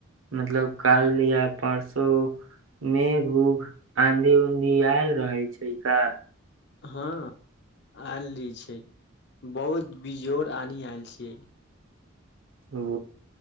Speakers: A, on the right (about 85°); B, on the left (about 55°).
A: मतलब काल या परसो मे भूख आँधी उऊधी आयल रहै छै का
B: हँ आयल रही छै बहुत बिजोड़ आनी आयल छियै
A: ओ